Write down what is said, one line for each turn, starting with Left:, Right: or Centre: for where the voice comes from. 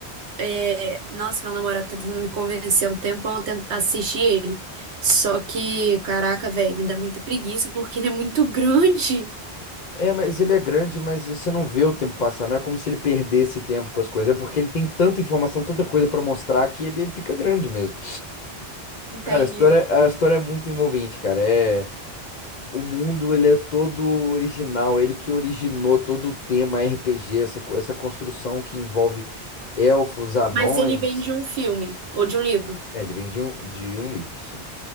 Right: é... nossa, meu namorado tá tentando me convencer há um tempão a tent- assistir ele. Só que, caraca, velho, me dá muita preguiça porque ele é muito grande.
Left: É, mas ele é grande, mas você não vê o tempo passar. Não é como se ele perdesse tempo com as coisas. É porque ele tem tanta informação, tanta coisa pra mostrar que ele fica grande mesmo.
Right: Entende?
Left: Cara, a história, a história é muito envolvente, cara. É, o mundo, ele é todo original. Ele que originou todo o tema RPG, essa, co- essa construção que envolve elfos, anões.
Right: Mas ele vem de um filme ou de um livro.
Left: É, ele vem de um, de um livro, sim.